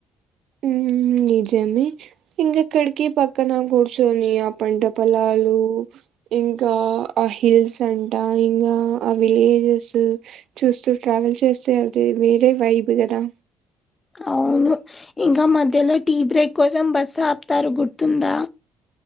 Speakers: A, on the right (about 65°); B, on the left (about 30°).
A: హ్మ్ నిజమే ఇంగెక్కడికి పక్కన కూర్చొని ఆ పంట పొలాలు ఇంకా ఆ హీల్స్ అంటా ఇంకా ఆ విలేజెస్ చూస్తూ ట్రావెల్ చేస్తే అది వేరే వైబ్ కదా
B: అవును. ఇంకా మధ్యలో టీ బ్రేక్ కోసం బస్సు ఆపుతారు గుర్తుందా.